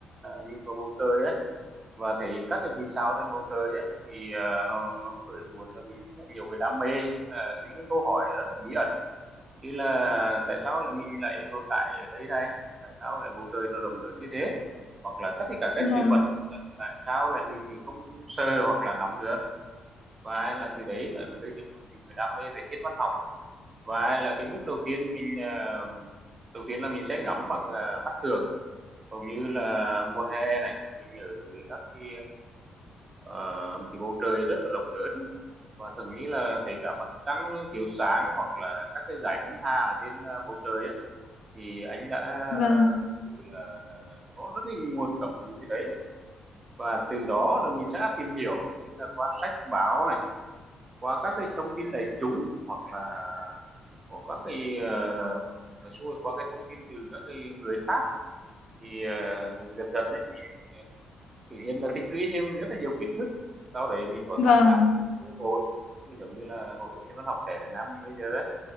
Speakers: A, on the right; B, on the left.
A: nhìn vào bầu trời ấy và thấy các cái vì sao trên bầu trời ấy thì ờ, nó nó khởi nguồn cho mình rất là nhiều cái đam mê tức là những câu hỏi rất là bí ẩn như là tại sao lại mình lại tồn tại ở đây này tại sao lại bầu trời nó rộng lớn như thế hoặc là tất cả các
B: vâng,
A: sự vật tại sao lại mình không sờ hoặc là nắm được và là từ đấy là, cái gây dựng cho mình cái đam mê về thiên văn học và là cái bước đầu tiên mình ờ, đầu tiên là mình sẽ ngắm bằng ờ, mắt thường hầu như là mùa hè này mình ở dưới các cái ờ, cái bầu trời rất là rộng lớn và thường như là thấy cả mặt trăng chiếu sáng hoặc là các cái dải ngân hà trên ờ, bầu trời ấy thì anh đã
B: vâng,
A: thực sự là, là, là có rất là nguồn cảm hứng từ đấy và từ đó là mình sẽ tìm hiểu như là qua sách báo này qua các cái thông tin đại chúng hoặc là của các cái ờ, nói chung qua cái thông tin từ các cái người khác thì ờ, dần dần đấy mình tự nhiên là tích lũy thêm rất là nhiều kiến thức sau đấy mình có
B: vâng,
A: tham gia một cái số hội như giống như là hội thiên văn học trẻ Việt Nam mình bây giờ đấy